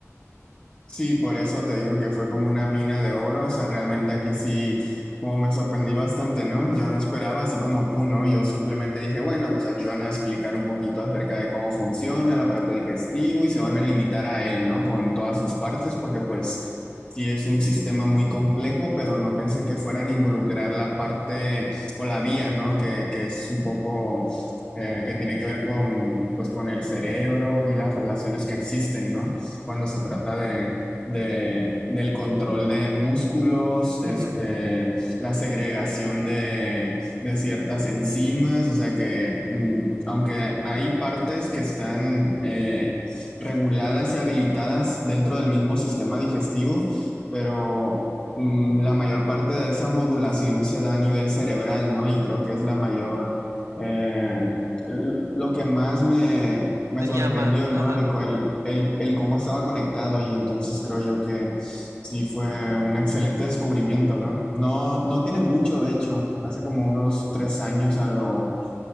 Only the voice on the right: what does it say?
Ujú,
ujú,
Te
llama,
ajá,